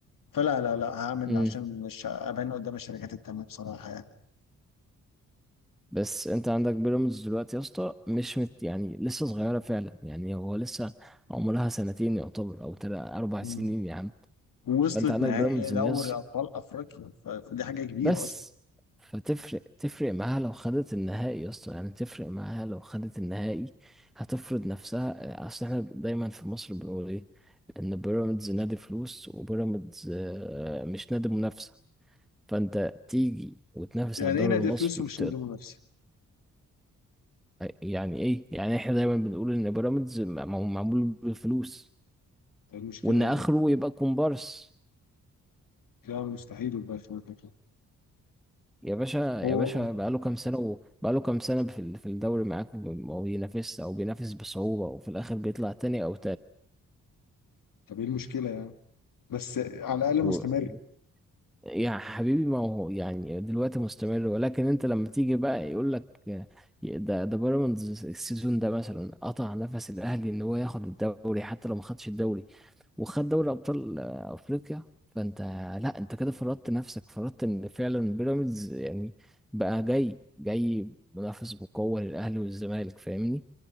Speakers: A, on the left; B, in the centre.
A: فلا لا لا هعمل
B: امم
A: عشان مش ابان قدام الشركات التانية بصراحة
B: بس انت عندك بيراميدز دلوقتي يا اسطى مش مت يعني لسه صغيره فعلا يعني هو لسه عمرها سنتين يعتبر او تلات اربع
A: يعني
B: سنين يا عم
A: ووصلت
B: فانت عندك
A: نهائي
B: بيراميدز
A: دوري
B: الناس
A: ابطال افريقيا ف- فدي حاجه كبيره
B: بس
A: اصلا
B: فتفرق تفرق معاها لو خدت النهائي يا اسطى يعني تفرق معاها لو خدت النهائي هتفرض نفسها اصل احنا دايما في مصر بنقول ايه ان بيراميدز نادي فلوس وبيراميدز آه، مش نادي منافسة فانت تيجي وتنافس
A: يعني
B: على الدوري
A: ايه نادي
B: المصري
A: فلوس ومش
B: وت-
A: نادي منافسه
B: يعني ايه يعني احنا دايما بنقول ان بيراميدز م- معمول بالفلوس
A: ده المشكله
B: وان
A: يعني
B: اخره يبقى كومبارس
A: لا مستحيل يبقى في نادي كده
B: يا باشا يا
A: هو
B: باشا بقاله كام سنة وبقاله كام سنة في ال- في الدوري معاكم وما بينافسش أو بينافس بصعوبة وفي الآخر بيطلع تاني أو
A: طب ايه المشكله يعني بس على الاقل
B: تالت
A: مستمر
B: يا حبيبي ما هو يعني دلوقتي مستمر ولكن انت لما تيجي بقى يقول لك ده ده بيراميدز السيزون ده مثلا قطع نفس الاهلي ان هو ياخد الدوري حتى لو ما خدش الدوري وخد دوري ابطال آه، افريقيا فانت لا انت كده فرضت نفسك فرضت ان فعلا بيراميدز يعني بقى جاي جاي منافس بقوة للاهلي والزمالك فاهمني